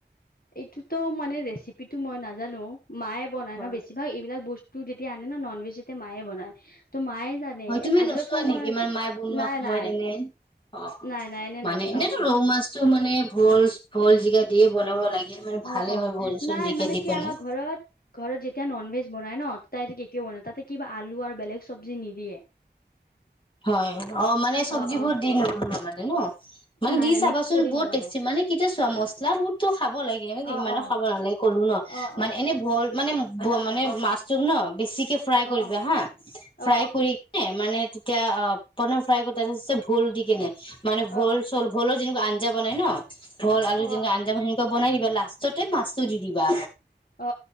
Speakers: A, on the left; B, on the left.
A: এইটোতো মানে ৰেচিপিটো মই নাজানো মায়ে বনাই
B: হয়
A: ন বেছিভাগ এইবিলাক বস্তু। -টো তেতিয়া আনে ন নন-ভেজ তেতিয়া মায়ে বনায়। মায়ে জানে
B: হয়, তুমি
A: আজিলৈকে
B: নচোৱা নেকি
A: মই
B: তোমাৰ মায়ে বনোৱা
A: নাই
B: সময়ত
A: নাই
B: এনে। অ'
A: নাই নাই এনে
B: মানে
A: নাচাও
B: এনেটো ৰৌ মাছতটো মানে ভোল, ভোল, জিকা দিয়ে বনাব লাগে। মানে ভালে
A: অ' অ'
B: হয় ভোল চোল
A: নাই
B: জিকা
A: মানে
B: দি
A: কি
B: বনাই।
A: আমাৰ ঘৰত, ঘৰত যেতিয়া নন ভেজ বনাই ন, তাই তেতিয়া বনাই। তাতে কিবা আলু আৰু বেলেগ চব্জি নিদিয়ে।
B: হয় অ' মানে চব্জিবোৰ
A: অ অ
B: দি লব লাগে, মানে ন মানে
A: নাই
B: দি
A: নাই
B: চাবাচোন
A: মিক্স কৰি
B: বহুত
A: নবনাই
B: টেষ্টি মানে কেতিয়া চমস- ইছলাম ফুড তো খাব লাগে,
A: অ
B: ইমানো
A: অ
B: খাব নালাগে, কলো ন
A: অ
B: মানে এনে ভল মানে- মানে মাছটোক ন বেছিকে ফ্ৰাই
A: অ অ
B: কৰিবা হা, ফ্ৰাই
A: অ অ অ
B: কৰি মানে- এতিয়া অ প্ৰথম ফ্ৰাই কৰিব অৱশ্যে ভোল দি কিনে, মানে ভোল
A: অ অ
B: - চল ভোলো যেনে- আঞ্জা বনাই ন ভোল, আলু
A: অ অ অ
B: যেনেকৈ আঞ্জা যেনেকৈ বনাই ন লাষ্টতে মাছ দি দিবা।
A: অ অ